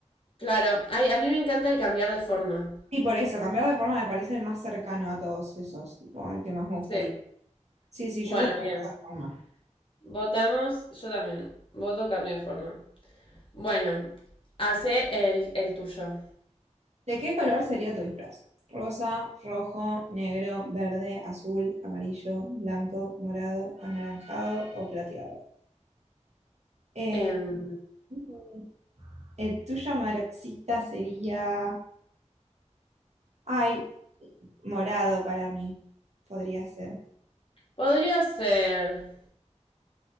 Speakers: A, on the left (about 45°); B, on the right (about 65°).
A: Claro, Ay, a mí me encanta el cambiar de forma.
B: Y por eso, cambiar de forma me parece el más cercano a todos esos, tipo, el que más me gustaría.
A: Sí.
B: Sí, sí,
A: Bueno,
B: yo voto por
A: bien.
B: la reforma.
A: Votamos, yo también. Voto cambio de forma. Bueno, hace el, el tuyo.
B: ¿De qué color sería tu disfraz? Rosa, rojo, negro, verde, azul, amarillo, blanco, morado, anaranjado o plateado. Eh,
A: Em,
B: mm, el tuyo, Maroxita, sería... Ay, morado para mí. Podría ser.
A: podría ser.